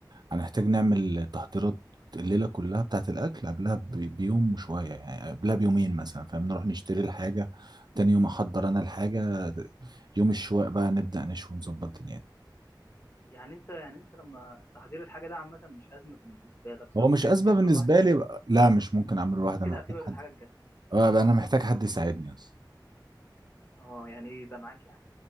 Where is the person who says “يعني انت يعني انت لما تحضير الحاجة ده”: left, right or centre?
Left